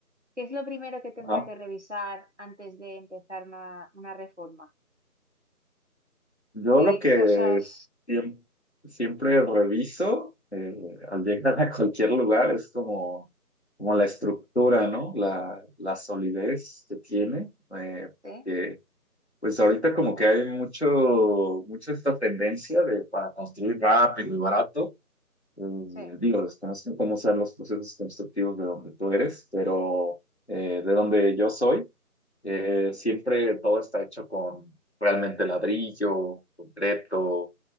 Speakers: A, on the right; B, on the left.
A: ¿qué es lo primero que tendría
B: Ajá.
A: que revisar antes de empezar una, una reforma?
B: Yo
A: ¿Qué
B: lo que
A: cosas?
B: siem- siempre, reviso eh, al llegar a cualquier lugar es como, como la estructura, ¿no? La, la solidez que tiene. eh,
A: Sí,
B: que, pues ahorita como que hay mucho, mucho esta tendencia de para construir rápido y barato. eh,
A: sí,
B: digo, desconozco cómo sean los procesos constructivos de donde tú eres, pero eh, de donde yo soy eh, siempre todo está hecho con realmente ladrillo, concreto